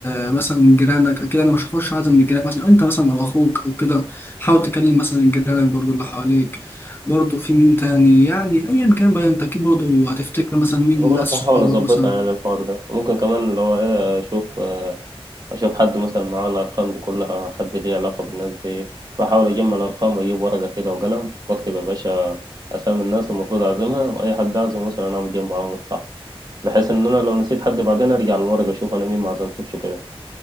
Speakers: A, on the left (about 20°); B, on the right (about 40°).
A: آه، مثلا جيرانك كده انا مش هخش اعزم من جيرانك مثلا انت مثلا او اخوك او كده حاول تكلم مثلا الجيران برضو اللي حواليك برضو في مين تاني يعني ايا كان بقى انت اكيد برضو هتفتكر مثلا مين
B: بقول
A: ناس
B: لك
A: صحابك
B: هحاول أظبطها
A: مثلا
B: يعني الحوار ده ممكن كمان اللي هو إيه أشوف آه، أشوف حد مثلا معاه الأرقام دي كلها حد ليه علاقة بالناس دي بحاول أجمع الأرقام وأجيب ورقة كده وقلم وأكتب يا باشا اسامي الناس المفروض اعزمها واي حد اعزم مثلا اعمل جنبه علامه صح بحيث ان انا لو نسيت حد بعدين ارجع للورقه اشوف انا مين ما عزمتوش وكده